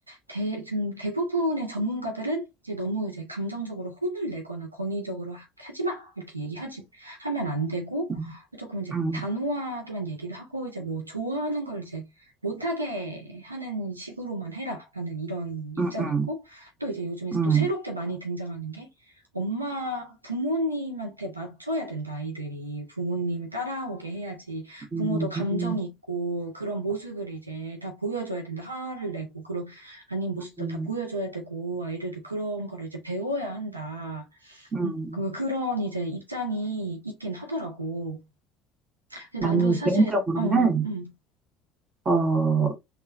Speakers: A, on the right; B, on the right.
A: 대, 좀 대부분의 전문가들은 이제 너무 이제 감정적으로 혼을 내거나 권위적으로 하- 하지 마 이렇게 얘기하지 하면 안 되고
B: 음,
A: 조금 이제
B: 음,
A: 단호하게만 얘기를 하고 이제 뭐 좋아하는 걸 이제 못하게 하는 식으로만 해라라는 이런 입장이
B: 음, 음,
A: 있고 또 이제 요즘에
B: 음,
A: 또 새롭게 많이 등장하는 게 엄마 부모님한테 맞춰야 된다 아이들이 부모님을 따라오게 해야지
B: 음,
A: 부모도 감정이
B: 음,
A: 있고 그런 모습을 이제 다 보여줘야 된다. 화를 내고 그런 아닌 모습도
B: 음,
A: 다 보여줘야 되고 아이들도 그런 거를 이제 배워야 한다.
B: 음.
A: 음, 그 그런 이제 입장이 있긴 하더라고. 근데
B: 나는
A: 나도 사실
B: 개인적으로는,
A: 어, 음,
B: 어,